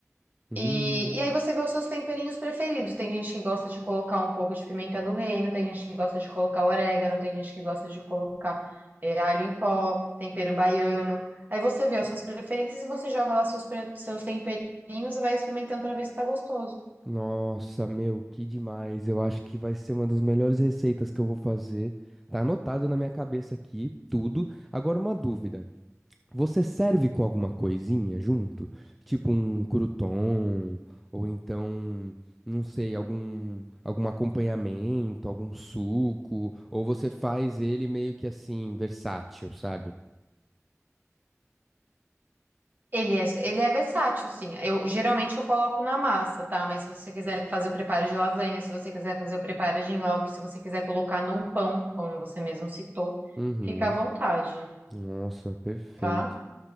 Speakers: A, in the centre; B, on the right.
A: Hum.
B: E, e aí você vê os seus temperinhos preferidos. Tem gente que gosta de colocar um pouco de pimenta do reino, tem gente que gosta de colocar orégano, tem gente que gosta de colocar eh, alho em pó, tempero baiano. Aí você vê as suas preferências e você joga lá seus, pre- seus temperinhos e vai experimentando pra ver se tá gostoso.
A: Nossa, meu, que demais. Eu acho que vai ser uma das melhores receitas que eu vou fazer. Tá anotado na minha cabeça aqui, tudo. Agora uma dúvida. Você serve com alguma coisinha junto? Tipo um crouton, ou então, não sei, algum algum acompanhamento, algum suco, ou você faz ele meio que assim, versátil, sabe?
B: Ele é, ele é versátil, sim. Eu geralmente eu coloco na massa, tá? Mas se você quiser fazer o preparo de lasanha, se você quiser fazer o preparo de nhoque, se você quiser colocar num pão, como você mesmo citou,
A: Uhum.
B: fica à vontade,
A: Nossa, perfeito,
B: tá?